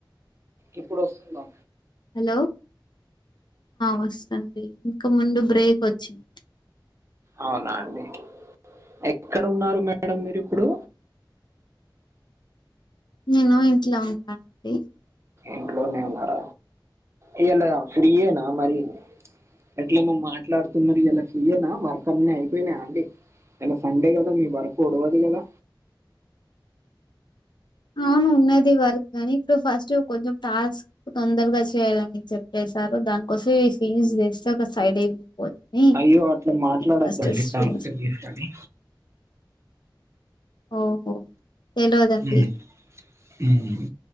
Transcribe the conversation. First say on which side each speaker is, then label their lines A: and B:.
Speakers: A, on the right; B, on the left.
A: ఇప్పుడు వస్తుందా
B: హలో వస్తుండి ఇంక ముందు బ్రేక్ వచ్చింది
A: అవునా అండి ఎక్కడ ఉన్నారు మేడం మీరు ఇప్పుడు
B: నేను ఇంట్ల ఉంటానండి
A: ఇంట్లోనే ఉన్నార ఇయ్యలా ఫ్రీయేనా మరి ఎట్లానో మాట్లాడుతున్నారు ఇయ్యలా ఫ్రీయేనా వర్క్ అన్నీ అయిపోయినాయ అండి ఇయ్యాల సండే కదా మీ వర్కు ఓడువది కదా
B: అవును ఉన్నది వర్క్ కాని ఇప్పుడు ఫస్ట్ కొంచెం టాస్క్ తొందరగా చేయ్యాలని చెప్పే సారు దానికోసం <unintelligible> ఒక సైడ్ అయిపోదని
A: అయ్యో అట్లా మాట్లాడొద్దండి
B: ఫస్ట్ స్విమ్స్
A: టాస్క్ గిస్క్ అని
B: ఓహో తెలవదండి
A: మ్ మ్